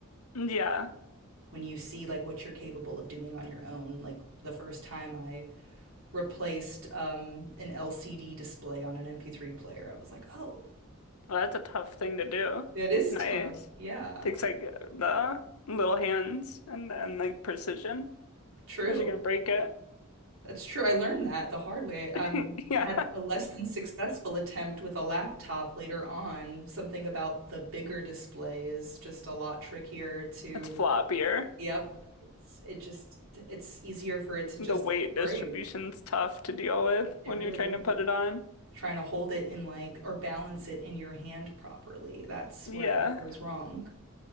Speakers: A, on the left (about 80°); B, on the right (about 65°).
A: Mm, Yeah,
B: When you see like what you're capable of doing on your own, like the first time I replaced um, an LCD display on an MP3 player, I was like, "Oh,
A: well, that's a tough thing to do.
B: that is
A: Nice.
B: tough." Yeah,
A: Takes like the little hands and and like precision.
B: true.
A: How's you gonna break it?
B: That's true. I learned that the hard way. Um,
A: <laughs> Yeah,
B: I had a less than successful attempt with a laptop later on. Something about the bigger display is just a lot trickier to.
A: it's floppier.
B: Yep. It's, it just, it's easier for it to just
A: The weight
B: break.
A: distribution's tough to deal with
B: It
A: when
B: really
A: you're trying
B: is.
A: to put it on.
B: Trying to hold it in like, or balance it in your hand properly. That's
A: Yeah.
B: where it all goes wrong.